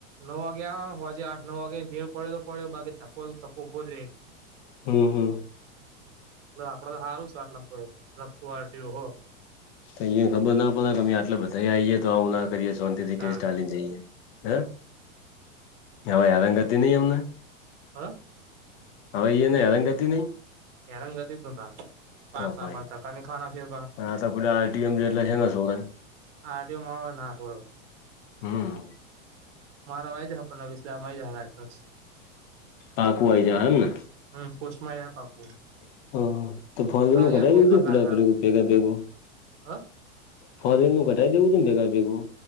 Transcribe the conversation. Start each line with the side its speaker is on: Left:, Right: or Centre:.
Right: નવ વાગે આજે આઠ નવ વાગે ભેડ પડ્યો તો પડ્યો બાકી ધકો તો થકો ઊભો જ રહે
Left: હમ હમ
Right: આપડે તો સારું <unintelligible>
Left: તો અહીયા ખબર ના પડે કે અમે આટલા બધા આઈએ તો આવું ના કરીએ સોંતિથી
Right: તાણ
Left: ટેસ્ટ આલી ને જઈએ હે હવે હેરાગતી નહિ અમને
Right: હા
Left: હવે ઈ નને એરાગતી નહી
Right: હેરાનગતિ તો ન પાસા
Left: તો ભાઈ
Right: બાંધતા કને ખાના ફેર
Left: આ તો પ આરટીમ જેટલા જણા સોએ
Right: આરટીઓ માં હવે ના છોડે
Left: હમ
Right: મારાવાય જ હા <unintelligible>
Left: પાકુ આઈ જા એમને
Right: હમ પોસ્ટમાં <unintelligible>
Left: <unintelligible>
Right: આ યાર બઉ કટલા હ
Left: <unintelligible> ભગા ભેગું